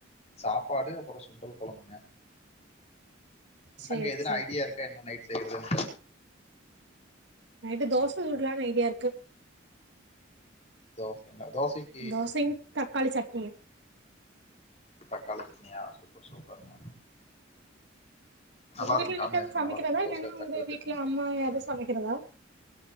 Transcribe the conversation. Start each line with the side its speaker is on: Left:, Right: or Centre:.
Left: சாப்பாடு அப்பறொ சுண்டல் கொழம்புங்க
Right: சேரி
Left: அங்க எதுனா
Right: சேரி
Left: ஐடியா இருக்கா என்ன நைட் செய்யறதுன்னு
Right: நைட்டு தோச சுட்லான்னு ஐடியா இருக்கு
Left: தோசைங்ளா தோசைக்கி
Right: தோசையு தக்காளி சட்னியு
Left: தக்காளி சட்னியா ஆ சூப்பர் சூப்பர்ங்க நல்லாருக்கூ
Right: உங்க வீட்ல
Left: காம்மினேஷன்
Right: சமைக்கிறதா
Left: நல்லாருக்கும் தோச
Right: இல்லன்னா
Left: தக்காளி
Right: உங்க வீட்ல
Left: சட்னி
Right: மா எது சமைக்கிறதா